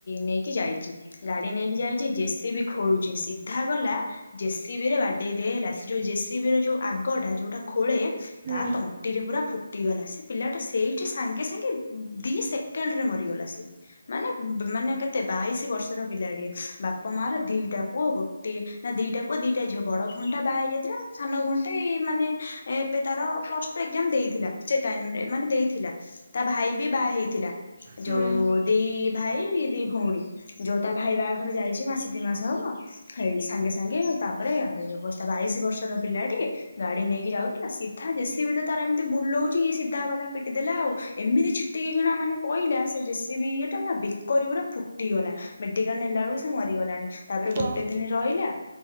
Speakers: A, on the left; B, on the right.
A: ନେଇକି ଯାଇଚି। ଗାଡି ନେଇ ନେଇକି ଯାଇଚି ଜେସିବି ଖୋଳୁଚି ସିଧା ଗଲା। ଜେସିବି ରେ ବା ଦେଇଦେଲା ସେ ଯୋଉ ଜେସିବି ର ଯୋଉ ଆଗଟା ଯୋଉଟା ଖୋଳେ
B: ହୁଁ
A: ତା ତଣ୍ଟିରେ ପୁରା ଫୁ ଟିଗଲା ସେ ପିଲାଟା ସେଇଠି ସାଙ୍ଗେ ସାଙ୍ଗେ ଦି ସେକେଣ୍ଡ ରେ ମରିଗଲା ସିଏ। ମାନେ ବ ମାନେ କେତେ ବାଇଶି ବର୍ଷର ପିଲାଟିଏ ବାପା ମା ର ଦିଇଟା ପୁଅ ଗୋଟିଏ ନା ଦିଇଟା ପୁଅ ଦିଟା ଝିଅ। ବଡ ଭୋଉଣିଟା ବାହା ହେଇ ଯାଇଥିଲା। ସାନ ଭୋଉଣି ମାନେ ଏବେ ତାର ପ୍ଲସ୍ ଟୁ ଏକ୍ଜାମ ଦେଇଥିଲା। ସେ ଟାଇମରେ ମାନେ ଦେଇଥିଲା। ତା ଭାଇ ବି ବାହା ହେଇଥିଲା।
B: ହୁଁ
A: ଯୋଉ ଦି ଭାଇ ଦି ଭଉଣୀ ଯୋଉ ତା ଭାଇ ବାହାଘର ଯାଇଛି। ମାସେ ଦି ମାସ ହବ। ହେଇ ସାଙ୍ଗେ ସାଙ୍ଗେ ତାପରେ ଆର ଏଇଅ ଅବସ୍ଥା ବାଇଶି ବର୍ଷର ପିଲାଟି ଗାଡି ନେଇକି ଯାଉଥିଲା। ସିଧା ଜେସିବି ତାର ଏମିତି ବୁଲଉଚି। ଇଏ ସିଧା ଗଲା ପିଟି ଦେଲା ଆଉ ଏମିତି ଛିଟିକି କିଣା ମାନେ ପଇଲା। ସେ ଜେସିବିଟା ତା ବେକର ପୁରା ଫୁଟି ଟି ଗଲା। ମେଡିକାଲ ନେଲା ବେଳକୁ ସେ ମରିଗଲାଣି। ତାପରେ
B: କଣ
A: ଗୋଟେ ଦିନ ରହିଲା